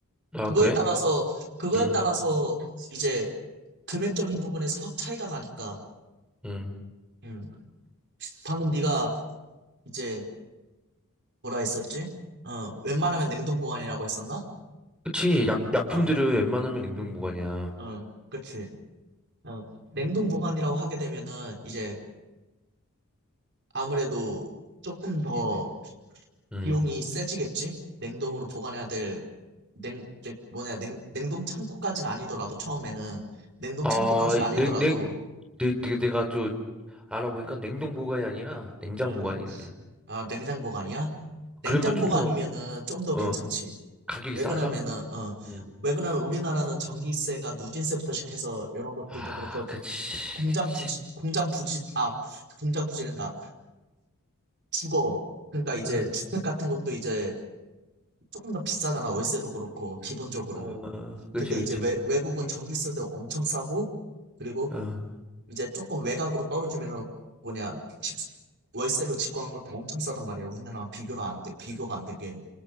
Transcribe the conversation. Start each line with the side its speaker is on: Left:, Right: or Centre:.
Centre: 아,
Right: 그거에
Centre: 그래?
Right: 따라서, 그거에
Centre: 음,
Right: 따라서, 이제, 금액적인 부분에서 확 차이가 나니까,
Centre: 음.
Right: 음. 방금 네가 이제 뭐라 했었지? 어, 웬만하면 냉동 보관이라고 했었나?
Centre: 그치, 약, 약품들은
Right: 어,
Centre: 웬만하면 냉동 보관이야.
Right: 어, 그치. 어, 냉동
Centre: 음,
Right: 보관이라고 하게 되면은 이제 아무래도 조금 더
Centre: 음.
Right: 비용이 세지겠지? 냉동으로 보관해야 될 냉, 냉- 뭐냐, 냉, 냉동 창고까진 아니더라도 처음에는 냉동
Centre: 아,
Right: 창고까진 아니더라도
Centre: 냉, 냉, 내, 내- 내가 좀 알아보니까 냉동 보관이 아니라 냉장
Right: 응.
Centre: 보관이네.
Right: 아, 냉장 보관이야? 냉장
Centre: 그러면 좀
Right: 보관이면은
Centre: 더,
Right: 좀 더
Centre: 어,
Right: 괜찮지.
Centre: 가격이
Right: 왜
Centre: 싸죠?
Right: 그러냐면은 어,
Centre: 음.
Right: 왜 그러냐면 우리나라는 전기세가 누진세부터 시작해서 이런 것들도
Centre: 아,
Right: 그렇고
Centre: 그치,
Right: 공장
Centre: 그치.
Right: 부지 공장 부지 아 공장 부지된다 주거 그러니까 이제
Centre: 어,
Right: 주택 같은 것도 이제 조금 더 비싸잖아 월세도 그렇고 기본적으로
Centre: 어, 그치,
Right: 근데
Centre: 그치.
Right: 이제 외, 외국은 전기세도 엄청 싸고 그리고
Centre: 어,
Right: 이제 조금 외곽으로 떨어지면은 뭐냐 집 월세로 집구한 것도 엄청 싸단 말이야 우리나라랑 비교를 안 돼, 비교가 안 되게